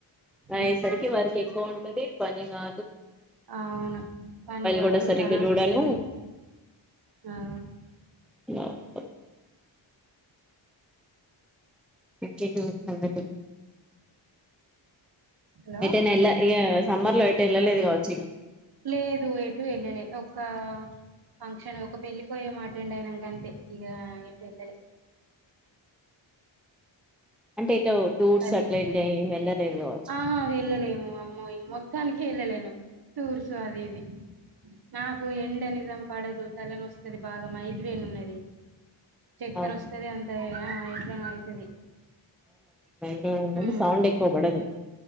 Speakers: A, in the centre; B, on the right.
A: అయేసరికి
B: ఉమ్
A: వర్క్ ఎక్కువ ఉంటది పని కా
B: ఆవును పని కాదు
A: కూడా సరిగ్గా
B: తారసోస్తది
A: చూడను
B: ఆ
A: అ <unintelligible> ఇంకేంటివి సంగతి
B: హలో
A: ఎటైనా ఎల ఇగ సమ్మర్ లో ఎటు వెళ్ళలేదు కావచ్చు ఇగ
B: లేదు ఎటు ఎల్లలే ఒకా ఫంక్షన్ ఒక పెళ్ళి పోయేమో అటెండ్ అయినం గంతే ఇగ ఎటు ఎళ్లలే
A: అంటే ఇటు టూర్స్
B: అది
A: అట్లా వెళ్ళ వెళ్ళలేదు కావచ్చు
B: ఆహా వెళ్ళలేము అమ్మోయి మొత్తానిక్ ఎళ్లలేను టూర్స్ అది ఇది నాకు ఎండ నిజం పడదు తలనొస్తది బాగా మైగ్రేన్ ఉన్నది చక్కర్
A: అవును
B: వస్తది అంత ఎ ఆ ఎట్లనో అయితది
A: అవునవును
B: ఉ
A: సౌండ్ ఎక్కువ పడదు